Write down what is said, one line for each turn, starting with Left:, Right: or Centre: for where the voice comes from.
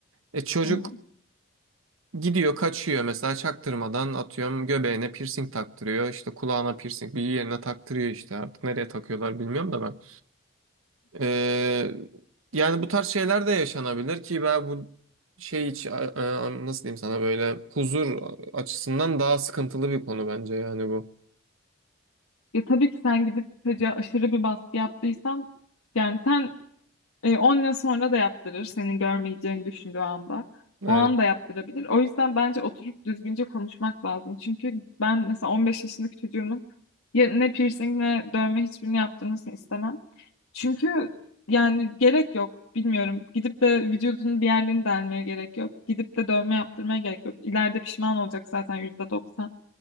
Right: E çocuk
Left: Hı hı.
Right: Gidiyor kaçıyor mesela çaktırmadan atıyorum göbeğine piercing taktırıyor işte kulağına piercing bir yerine taktırıyor işte artık nereye takıyorlar bilmiyorum da ben. Ee, yani bu tarz şeyler de yaşanabilir ki ben bu şey hiç e, e, nasıl diyeyim sana böyle huzur açısından daha sıkıntılı bir konu bence yani bu.
Left: Ya tabii ki sen gidip çocuğa aşırı bir baskı yaptıysan yani sen E, 10 yıl sonra da yaptırır senin görmeyeceğini düşündüğü anda.
Right: Evet.
Left: O anda yaptırabilir. O yüzden bence oturup düzgünce konuşmak lazım. Çünkü ben mesela 15 yaşındaki çocuğumun ya ne piercing ne dövme hiçbirini yaptırmasını istemem. Çünkü yani gerek yok. Bilmiyorum. Gidip de vücudunun bir yerlerini delmeye gerek yok. Gidip de dövme yaptırmaya gerek yok. İleride pişman olacak zaten %90.